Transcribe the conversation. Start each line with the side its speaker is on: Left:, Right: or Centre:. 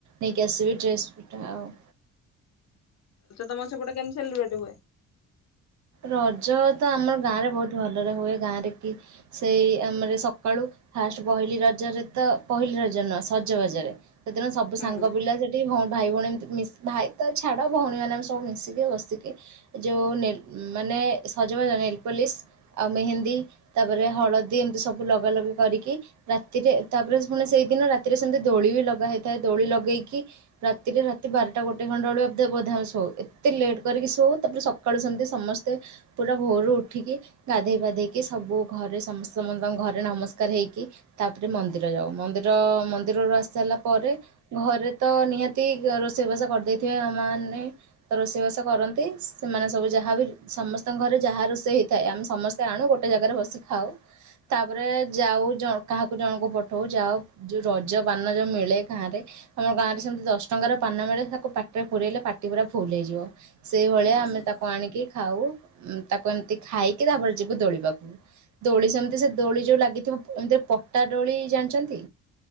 Right: ନେଇକି ଆସିବି। ଡ୍ରେସ ପିଟା ଆଉ।
Left: ତମର ସେପଟେ କେମିତି ସେଲିବେଟ୍ ହୁଏ?
Right: ରଜ ତ ଆମ ଗାଁରେ ବହୁତ ଗାଁରେ କି, ସେଇ ଆମର ସକାଳୁ ଫାଷ୍ଟ ପହିଲି ରଜରେ ତ ପହିଲି ରଜ ନୁହଁ ସଜବାଜରେ ସେଦିନ ସବୁ
Left: ହୁଁ
Right: ସାଙ୍ଗ ପିଲା ସେଠି ହମ୍ ଭାଇ ଭଉଣୀ ଏମିତି ମିସ୍ ଭାଇ ତ ଛାଡ଼ ଭଉଣୀମାନେ ଆମେ ସବୁ ମିଶିକି ବସିକି ଯୋଉ ନେଲ୍ ମାନେ ସଜବାଜ ନେଲପଲିସ୍ ଆଉ ମେହେନ୍ଦୀ ତାପରେ ହଳଦୀ ଏମିତି ସବୁ ଲଗାଲଗା କରିକି ରାତିରେ ତାପରେ ପୁଣି ସେଇଦିନ ରାତିରେ ସେମିତି ଦୋଳି ବି ଲଗା ହେଇ ଥାଏ ଦୋଳି ଲଗେଇକି ରାତିରେ ରାତି ବାରଟା ଗୋଟେ ଖଣ୍ଡେ ବେଳକୁ <unintelligible> ବୋଧେ ଶୋଉ ଏତେ ଲେଟ୍ କରିକି ଶୋଉ ତାପରେ ସକାଳୁ ସେମିତି ସମସ୍ତେ ପୁରା ଭୋରୁ ଉଠିକି ଗାଧେଇ ପାଧେଇକି ସବୁ ଘରେ <unintelligible> ସମସ୍ତଙ୍କ ଘରେ ନମସ୍କାର ହେଇକି ତାପରେ ମନ୍ଦିର ଯାଉ। ମନ୍ଦିର ମନ୍ଦିରରୁ ଆସି ସାରିଲା ପରେ ଘରେ ତ ନିହାତି ରୋଷେଇ ବାସ କରିଦେଇଥିବେ ଆମାନ୍ ନେ ତ ରୋଷେଇବାସ କର ନ୍ତି ସେମାନେ ସବୁ ଯାହାବି ସମସ୍ତଙ୍କ ଘରେ ଯାହା ରୋଷ୍ ଇ ହେଇଥାଏ ଆମେ ସମସ୍ତେ ଆଣୁ ଗୋଟେ ଜାଗାରେ ବସି ଖାଉ ତାପରେ ଯାଉ ଜ କାହାକୁ ଜଣକୁ ପଠଉ ଯାଅ ଯୋଉ ରଜ ପାନ ଯୋଉ ମିଳେ ଗାଁରେ ଆମ ଗାଁରେ ସେମିତି ଦଶ ଟଙ୍କାର ପାନ ମିଳେ ତାକୁ ପାଟିରେ ପୁରେଇଲେ ପାଟି ପୁରା ଫୁଲ୍ ହେଇଯିବ। ସେଇଭଳିଆ
Left: ହୁଁ
Right: ଆମେ ତାକୁ ଆଣିକି ଖାଉ ତାକୁ ଏମିତି ଖାଇକି ତାପରେ ଯିବୁ ଦୋଳି ପାଖୁକୁ। ଦୋଳି ସେମିତି ସେ ଦୋଳି ଯୋଉ ଲାଗିଥିବ ଏମିତି ପଟା ଡୋଳି ଜାଣିଚନ୍ତି?